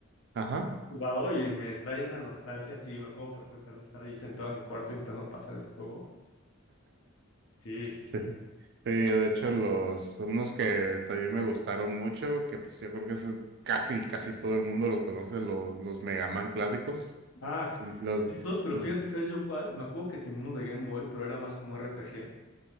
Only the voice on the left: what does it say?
jugado y me trae una nostalgia así, me acuerdo perfectamente estar ahí sentado en mi cuarto intentando pasar ese juego. Sí, sí, sí.
Ah,
estos, pero
fíjate, ¿sabes yo cuál? Me acuerdo que tenía uno de Game Boy, pero era más como RPG